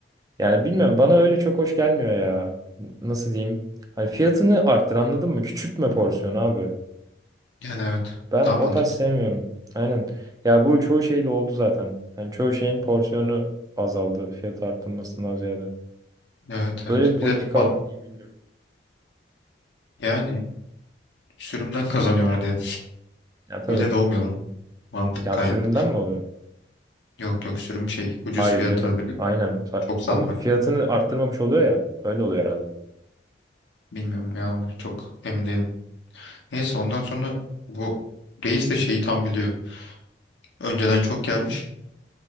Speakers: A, on the right (about 20°); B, on the left (about 80°).
A: Yani bilmem bana öyle çok hoş gelmiyor ya. Nasıl diyeyim? Hani fiyatını arttır anladın mı? Küçültme porsiyonu abi.
B: Yani evet.
A: Ben
B: Daha
A: o
B: mantıklı.
A: tarz sevmiyorum. Aynen. Ya bu çoğu şeyde oldu zaten. Hani çoğu şeyin porsiyonu azaldı fiyat arttırmasından ziyade.
B: Evet
A: Böyle
B: evet.
A: bir politika
B: Bir de a-
A: var mı bilmiyorum.
B: yani sürümden <laughs> kazanıyorlar diye.
A: Ya tabii.
B: Öyle de olmuyor lan. Mantık
A: Ya
B: kaydı.
A: sürümden mi oluyor?
B: Yok yok sürüm şey ucuz
A: Hayır
B: fiyata
A: canım.
B: verip
A: Aynen. Sa-
B: çok satmak.
A: Ama fiyatını arttırmamış oluyor ya. Öyle oluyor herhalde.
B: Bilmiyorum ya onu çok emin değilim. Neyse ondan sonra bu reis de şeyi tam biliyor. Önceden çok gelmiş.